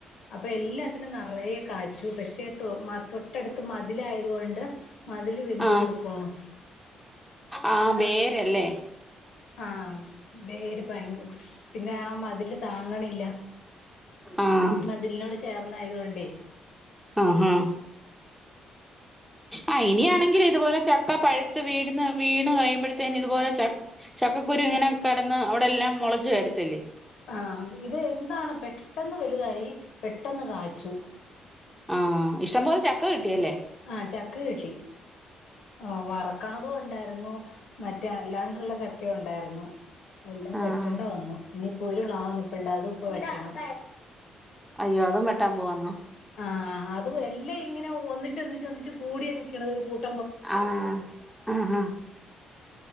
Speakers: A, on the left (about 70°); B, in the centre.
A: അപ്പൊ എല്ലാത്തിലനും നിറയെ കായ്ച്ചു പക്ഷെ തൊട്ടടുത്ത് മതിലായത് കൊണ്ട് മതില് വിണ്ടു
B: ആഹ്
A: കീറി പോണു
B: ആഹ് വേരല്ലേ
A: ആഹ വേര് ഭയങ്കര പിന്നെ ആ മതില് താങ്ങണില്ല
B: ആഹ
A: മതിലിനോട് ചേർന്നായതുകൊണ്ടേ
B: ആഹഹ ആ ഇനായാണെങ്കിൽ ഇതുപോലെ ചക്ക പഴുത്ത് വീടിന്ന് വീണ് കഴിയുമ്പോഴത്തേന് ഇതുപോലെ ച ചക്കുരു ഇങ്ങനെ കടന്ന് അവിടെ എല്ലാം മുളച്ച്ു വരത്തില്ലേ
A: ആഹ ഇത് എന്താണ് പെട്ടെന്ന് വലുതായി പെട്ടെന്ന് പെട്ടെന്ന് കാച്ചു
B: ആഹ് ഇഷ്ടംപോലെ ചക്ക കിട്ടിയല്ലേ
A: ആഹ ചക്ക കിട്ടി ആ വറക്കണത് ഉണ്ടായിരുന്നു മറ്റേ അല്ലാണ്ടുള്ള ചക്കയും ഉണ്ടായിരുന്നു എല്ലാം
B: ആഹ്
A: വെട്ടേണ്ട വന്നു ഇനി ഒരു പ്ലാ നിപ്പുണ്ട് അതും ഇപ്പ വെട്ടണം
B: അയ്യോ അതും വെട്ടാൻ പോവാന്നോ?
A: ആഹ അത് എല്ലാം ഇങ്ങനെ ഒന്നിച്ച് ഒന്നിച്ച് ഒന്നിച്ച് കൂടിയ നിക്കണത് ഒരു കൂട്ട-
B: ആഹ ആ ആ